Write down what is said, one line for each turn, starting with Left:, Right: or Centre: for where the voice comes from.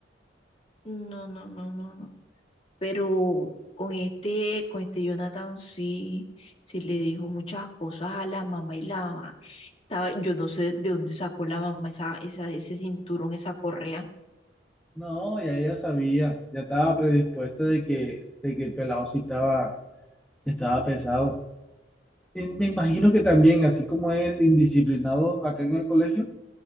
Left: No, no, no, no, no. pero con este, con este Jonathan sí, sí le dijo muchas cosas a la mamá y la mamá. Estaba, yo no sé de dónde sacó la mamá esa, esa, ese cinturón, esa correa,
Centre: No, ya ella sabía, ya estaba predispuesta de que, de que el pelado sí estaba, estaba pesado. Y me imagino que también, así como es indisciplinado acá en el colegio,